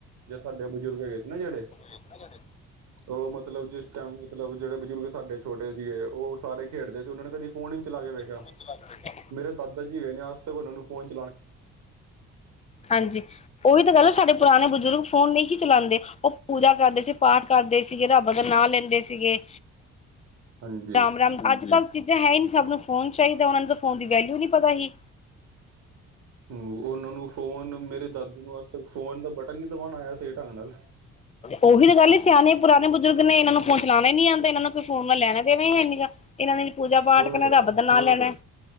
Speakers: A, on the right; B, on the left.
A: ਜੇ ਸਾਡੇ ਬਜ਼ੁਰਗ ਹੈਗੇ ਸੀ ਨਾ ਜਿਹੜੇ
B: ਕਿ ਜੇੜੇ
A: ਉਹ ਮਤਲਬ ਜਿਸ ਟਾਈਮ ਮਤਲਬ ਜਿਹੜੇ ਬਜ਼ੁਰਗ ਸਾਡੇ ਛੋਟੇ ਸੀਗੇ, ਉਹ ਸਾਰੇ ਖੇਡਦੇ ਸੀ, ਉਹਨਾਂ ਨੇ ਕਦੀ ਫੋਨ ਹੀ ਚਲਾ ਕੇ ਵੇਖੇ
B: <unintelligible>
A: ਮੇਰੇ ਦਾਦਾ ਜੀ ਹੈਗੇ ਨੇ, ਅਜ ਤਕ ਔ ਨਾਨੂੰ ਫੋਨ ਚ
B: ਹਾਂਜੀ ਉਹੀ ਤਾਂ ਗਹਿੱਲ ਐ, ਸਾਡੇ ਪੁਰਾਣੇ ਬਜ਼ੁਰਗ ਫੋਨ ਨਹੀਂ ਸੀ ਚਲਾਉਂਦੇ ਉਹ ਪੂਜਾ ਕਰਦੇ ਸੀ, ਪਾਠ ਕਰਦੇ ਸੀਗੇ, ਰੱਬ ਦਾ ਨਾਂ ਲੈਂਦੇ ਸੀ ਸੀਗੇ
A: ਹਾਂਜੀ
B: ਰਾਮ ਰਾਮ, ਅੱਜ ਕੱਲ੍ਹ ਚੀਜ਼ਾਂ ਹੈ ਹੀ ਨਹੀਂ, ਸਭ ਨੂੰ ਫੋਨ ਚਾਹੀਦਾ, ਉਹਨਾਂ ਨੂੰ ਤਾਂ ਫੋਨ ਦੀ ਵੈਲਿਊ ਨਹੀਂ ਪਤਾ ਹੀ
A: ਹ ਉਹਨਾਂ ਨੂੰ ਫੋਨ, ਮੇਰੇ ਦਾਦੀ ਨੂੰ ਅੱਜ ਤੱਕ ਫੋਨ ਦਾ ਬਟਨ ਨ ਦਬਾਉਣ ਆਇਆ ਸੀ ਢੰਗ ਨਾਲ
B: ਉਹੀ ਤਾਂ ਗੱਲ ਹੀ ਸਿਆਣੇ ਪੁਰਾਣੇ ਬੁਜ਼ੁਰਗ ਨੇ, ਇਹਨਾਂ ਨੂੰ ਫੋਨ ਚਲਾਉਣਾ ਨੀ ਆਉਂਦੇ, ਇਹਨਾਂ ਨੂੰ ਫੋਨ ਨਾਲ ਲੈਣੇ ਦੇਣੇ ਨਹੀ ਹੈ ਨਿਗਾ ਇਹਨਾਂ ਨੇ ਪੂਜਾ ਪਾਠ
A: ਹੋਰ
B: ਕਰਨਾ, ਰੱਬ ਦਾ ਨ ਲੈਣਾ